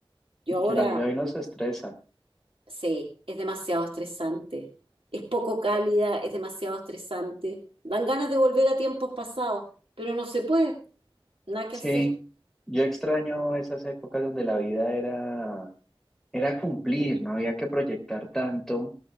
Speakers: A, on the right; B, in the centre.
A: Yo
B: y que
A: ahora
B: la vida hoy nos estresa.
A: sé, es demasiado estresante, es poco cálida, es demasiado estresante. Dan ganas de volver a tiempos pasados, pero no se puede, nada que
B: Sí,
A: hacer,
B: yo extraño esas épocas donde la vida era era cumplir, no había que proyectar tanto,